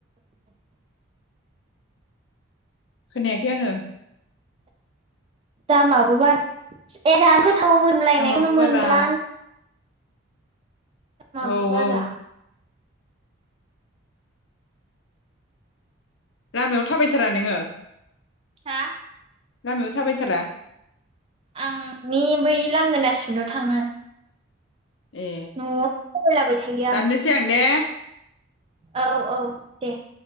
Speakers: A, on the left; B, on the right.
A: खोनायाखै आङो।
B: दामाबो बारा एजा गोथाव मोनलायनायखौनो
A: लामाबो
B: मोनला।
A: बारा
B: माबो
A: औ
B: बारा?
A: औ लामायाव थाबायथारा नोङो?
B: हा
A: लामायाव थाबायथारा?
B: आंनि बै लांगोनासिमल' थाङो।
A: ए
B: न'आव थाबायलाबाय थायो
A: दाननोसै आं दे।
B: औ औ दे